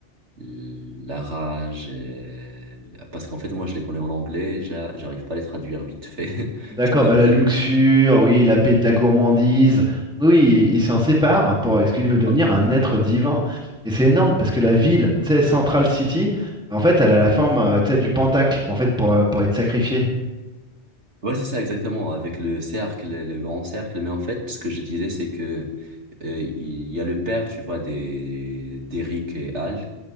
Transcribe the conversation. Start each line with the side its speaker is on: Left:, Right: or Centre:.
Right: la rage. euh, Parce qu'en fait, moi, je les connais en anglais, j'a- j'arrive pas à les traduire vite fait, <laughs>
Centre: D'accord,
Right: tu vois. des-
Centre: bah la luxure, oui, la paix de la gourmandise. Oui, oui, il s'en sépare pour parce qu'il veut devenir
Right: <laughs>
Centre: un être divin. Et c'est énorme parce que la ville, tu sais, Central City, en fait, elle a la forme, euh, tu sais, du pentacle, en fait, pour, euh, pour être sacrifié.
Right: Ouais, c'est ça exactement, avec le cercle, le grand cercle. Mais en fait, ce que je disais, c'est que euh, il y a le père, tu vois, des d'Eric et Al,